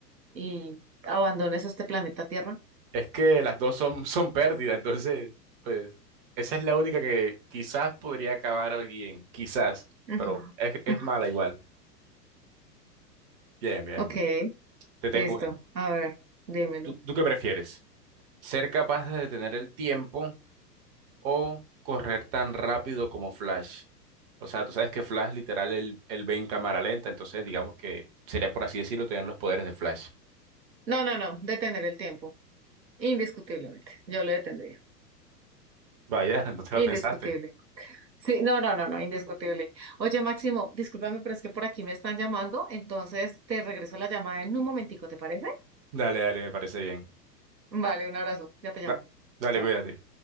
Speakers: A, on the right (about 85°); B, on the right (about 35°).
A: y abandones este planeta Tierra?
B: Es que las dos son, son pérdidas, entonces, pues, esa es la única que quizás podría acabar bien, quizás,
A: Ujú.
B: pero es, es
A: ujú.
B: mala igual. Bien, bien,
A: Ok,
B: bien. Te tengo
A: listo.
B: una.
A: A ver, dímelo.
B: ¿Tú, tú qué prefieres? ¿Ser capaz de detener el tiempo o correr tan rápido como Flash? O sea, tú sabes que Flash literal él, él ve en cámara lenta, entonces digamos que sería por así decirlo tener los poderes de Flash.
A: No, no, no, detener el tiempo. Indiscutiblemente. Yo lo detendría.
B: Vaya, <laughs> no te
A: Indiscutible.
B: la pensaste.
A: Sí, no, no, no, no, indiscutible. Oye, Máximo, discúlpame, pero es que por aquí me están llamando, entonces te regreso la llamada en un momentico, ¿te parece?
B: Dale, dale, me parece bien.
A: Vale, un abrazo. Ya te llamo.
B: Da- dale,
A: Chao.
B: cuídate.